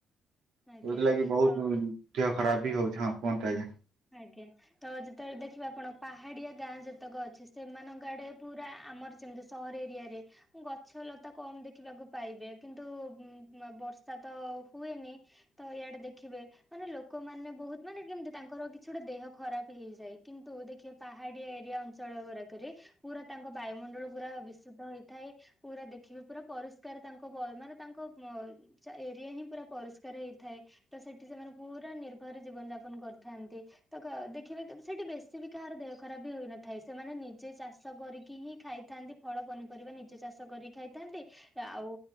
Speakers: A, in the centre; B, on the right (about 75°).
A: ଆଜ୍ଞା
B: ଯଉଥିଲାଗି ବହୁତ
A: ତ
B: ଦେହ ଖରାପ୍ ବି ହଉଛି ହଁ କୁହନ୍ତୁ ଆଜ୍ଞା।
A: ଆଜ୍ଞା ତ ଯେତେବେଳେ ଦେଖିବ ଆପଣ ପାହାଡିଆ ଗାଁ ଯେତେକ ଅଛି ସେମାନଙ୍କ ଆଡେ ପୁରା ଆମର ଯେମିତି ସହର ଏରିଆରେ ଗଛଲତା କମ ଦେଖିବାକୁ ପାଇବେ କିନ୍ତୁ ବର୍ଷା ତ ହୁଏନି ତ ଇଆଡେ ଦେଖିବେ ମାନେ ଲୋକମାନେ ବହୁତ ମାନେ କେମତି ତା। ଙ୍କର କିଛି ଗୋଟେ ଦେହ ଖରାପ ହେଇଯାଏ ।କିନ୍ତୁ ଦେଖିବେ ପାହାଡିଆ ଏରିଆ ଅଞ୍ଚଳ ଗୁରାକରେ ପୁରା ତାଙ୍କ ବାୟୁମଣ୍ଡଳ ପୁରା ବିଶୁଦ୍ଧ ହେଇଥାଏ ।ପୁରା ଦେଖିବେ ପୁରା ପରିଷ୍କାର ତାଙ୍କ ମାନେ ତାଙ୍କ ଏରିଆ ହିଁ ପୁରା ପରିଷ୍କାର ହେଇଥାଏ। ତ ସେଠି ସେମାନେ ପୁରା ନିର୍ଭୟରେ ଜୀବନ ଯାପନ କର୍ ଥାନ୍ତି ତ କ ଦେଖିବେ ସେଠି ବେଶୀ ବି କାହାର ଦେହ ଖରାପ ବି ହୋଇନଥାଏ ।ସେମାନେ ନିଜେ ଚାଷ କରିକି ହିଁ ଖାଇଥାନ୍ତି। ଫଳ ପନିପରିବା ନିଜେ ଚାଷ କରିକି ଖାଇଥାନ୍ତି ।ଆଉ